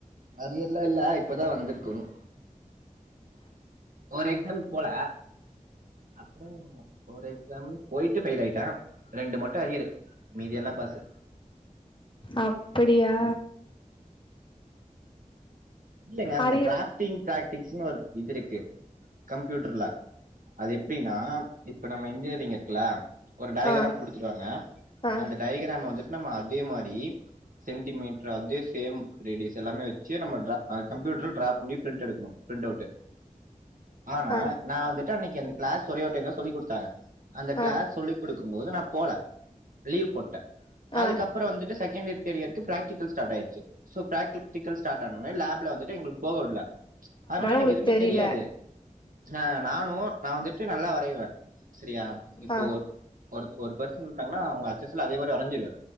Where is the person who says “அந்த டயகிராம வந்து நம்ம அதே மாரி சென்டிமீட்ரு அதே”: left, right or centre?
Right